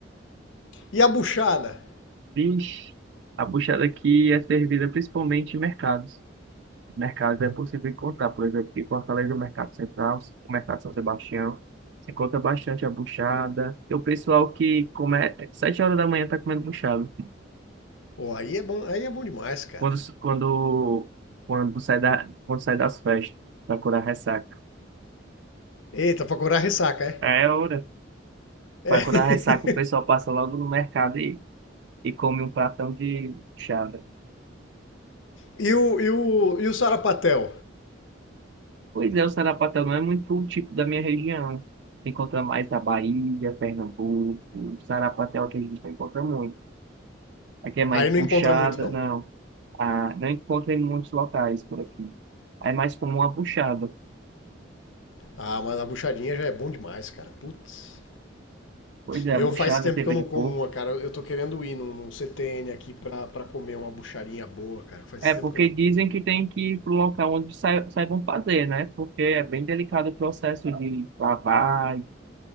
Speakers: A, on the left (about 85°); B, on the right (about 65°).
A: E a buchada?
B: Vixe, a puxada aqui é servida principalmente em mercados. Mercados é possível encontrar, por exemplo, aqui em Fortaleza, o Mercado Central, o Mercado São Sebastião. Se encontra bastante a buchada. E o pessoal que come sete horas da manhã está comendo buchada.
A: Pô, aí é bom, aí é bom demais, cara.
B: Quando, quando, quando, sai da, quando sai das festas, para curar ressaca.
A: Eita, pra curar a ressaca, é?
B: É hora.
A: É.
B: Para curar
A: <laughs>
B: ressaca, o pessoal passa logo no mercado e, e come um pratão de buchada.
A: E o, e o, e o sarapatel?
B: Pois é, o sarapatel não é muito o tipo da minha região. Se encontra mais na Bahia, Pernambuco. O sarapatel que a gente não encontra muito. Aqui é mais
A: Aí não
B: buchada,
A: encontra muito, não.
B: não. Ah, não encontra em muitos locais por aqui. É mais comum a buchada.
A: Ah, mas a buchadinha já é bom demais, cara. Putz.
B: Pois é,
A: Eu
B: a buchada,
A: faz tempo
B: teve
A: que eu não
B: de
A: como
B: porco.
A: uma, cara. Eu tô querendo ir num, num C T N aqui pra, pra comer uma buchadinha boa, cara. Faz
B: É
A: tempo
B: porque
A: que eu não
B: dizem
A: como.
B: que tem que ir para o local onde sai- saibam fazer, né? Porque é bem delicado o processo de lavagem.